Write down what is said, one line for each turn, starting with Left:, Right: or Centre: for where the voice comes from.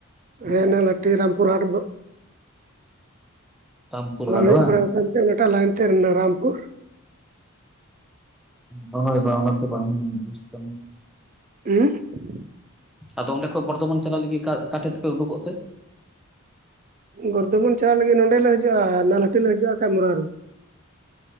Right: ᱦᱮ ᱱᱚᱞᱦᱟᱹᱴᱤ ᱨᱟᱢᱯᱩᱨ ᱦᱟᱴ ᱫᱚ
Centre: ᱨᱟᱢᱯᱩᱨ
Right: ᱵᱟᱢ
Centre: ᱦᱟᱴ
Right: ᱦᱮᱡ
Centre: ᱵᱟᱝ
Right: ᱵᱟᱲᱟᱣ ᱠᱟᱱᱛᱮ ᱚᱱᱟᱴᱟᱜ ᱞᱟᱭᱮᱱ ᱛᱮ ᱱᱟ ᱨᱟᱢᱯᱩᱨ?
Centre: ᱦᱚᱭ ᱵᱟᱝ ᱟᱱᱟᱛᱮ ᱵᱟᱝ ᱵᱩᱡᱩ ᱠᱟᱱᱟ᱾
Right: ᱦᱮᱸ <unintelligible>
Centre: ᱟᱫᱚ ᱚᱸᱰᱮ ᱠᱷᱚᱜ ᱵᱚᱨᱫᱷᱚᱢᱟᱱ ᱪᱟᱞᱟᱜ ᱞᱟᱹᱜᱤᱜ ᱚᱠᱟᱴᱷᱮ ᱛᱮᱯᱮ ᱩᱰᱩᱠᱚᱜ ᱛᱮ?
Right: ᱵᱚᱨᱫᱷᱚᱢᱟᱱ ᱪᱟᱞᱟᱣ ᱞᱟᱹᱜᱤᱫ ᱱᱚᱸᱰᱮᱞ ᱞᱮ ᱦᱤᱡᱩᱜᱼᱟ ᱱᱚᱞᱦᱟᱹᱴᱤ ᱞᱮ ᱦᱤᱡᱩᱜᱼᱟ ᱠᱟᱢᱨᱟ ᱨᱮ᱾